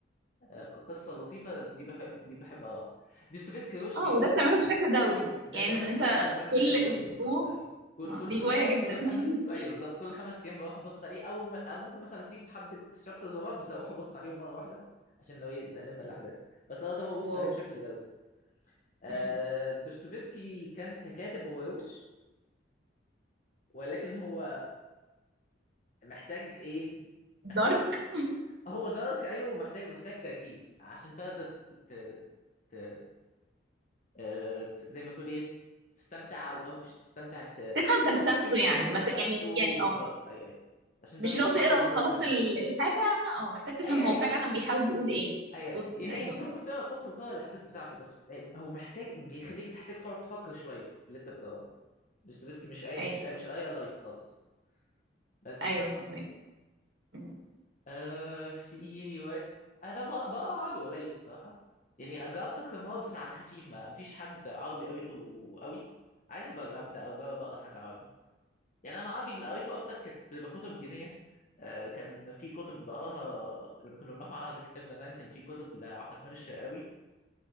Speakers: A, on the left; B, on the right.
A: آه، قصه لطيفه دي بحب دي بحب اقراها ديستوفيسكي روش
B: اه
A: جدا
B: وده بتعمله بشكل دوري
A: ده
B: يعني
A: بعمل-
B: انت
A: ده بعمله
B: كل
A: بشكل دوري
B: اسبوع
A: بالظبط اي كل
B: آه،
A: كل
B: دي
A: كل
B: هواية
A: خ...
B: جدا
A: كل خمس
B: <laughs>
A: ايوه بالظبط كل خمس ايام بروح ابص عليه او م... او ممكن مثلا اسيب حبه شابترز ورا بعض بس اروح ابص عليهم مره واحده عشان لو إيه، نلم الاحداث بس انا ده ببص
B: واو
A: عليه بشكل دوري آه،
B: مم.
A: دوستويفسكي كان ككاتب هو روش ولكن هو محتاج ايه
B: دارك
A: محتاج هو دارك ايوه محتاج محتاج تركيز عشان تقدر ت... ت... ت... آه، ت- زي ما تقول ايه تستمتع او او مش تستمتع ت...
B: تفهم فلسفته
A: كيف تفهم
B: يعني ما
A: فلسفته
B: ت... يعني يعني
A: بالظبط
B: آه.
A: اي اي عشان
B: مش
A: تقدر
B: لو
A: تحلل
B: تقرا
A: اللي
B: وخلصت
A: هو كلامه
B: ال-
A: بالظبط
B: الحاجه او محتاج تفهم
A: اي
B: هو
A: اي
B: فعلا بيحاول يقول ايه
A: اي
B: بط...
A: اي يعني
B: ايوه
A: هي- انت ممكن تقرا القصه وتقرا الاحداث بتاعته بس آه، هو محتاج بيخليك تحتاج تقعد تفكر شويه في في اللي انت بتقراه دوستويفسكي مش اي
B: ايوه
A: مش مش اي لايت خالص بس
B: ايوه فهمك مم.
A: آه في روايات انا ما بقى عربي قليل الصراحه يعني جربت اكتر من مره بس على خفيف ما مفيش حد عربي قريته قوي عايز أبقى ابدا اجرب اقرا حاجه عربي يعني انا عربي اللي قريته اكتر كانت بتبقى كتب دينيه آه كان في كتب بقراها لما كنا بنروح معرض الكتاب زمان كان في كتب لعبد الرحمن الشرقاوي